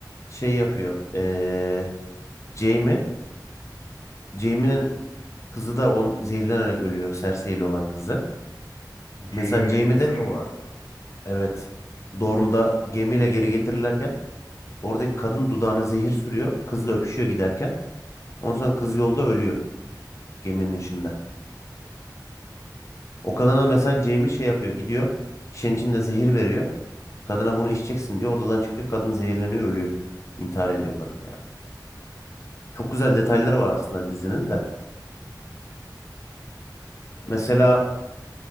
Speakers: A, on the left; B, on the left.
A: şey yapıyor. Ee, Jamie. Jamie'nin kızı da on zehirlenerek ölüyor. Cersei ile olan kızı. Mesela
B: Jamie'nin
A: Jamie
B: kızı
A: de
B: mı var?
A: evet Dorne'da gemiyle geri getirilirken oradaki kadın dudağına zehir sürüyor. Kızla öpüşüyor giderken. Ondan sonra kız yolda ölüyor geminin içinde. O kadına mesela
B: Hı.
A: Jamie şey yapıyor. Gidiyor şişenin içinde zehir veriyor. Kadına bunu içeceksin diyor. Odadan çıkıyor. Kadın zehirleniyor ölüyor. İntihar ediyor kadın yani. Çok güzel detayları var aslında dizinin de.
B: Evet,
A: Mesela
B: evet.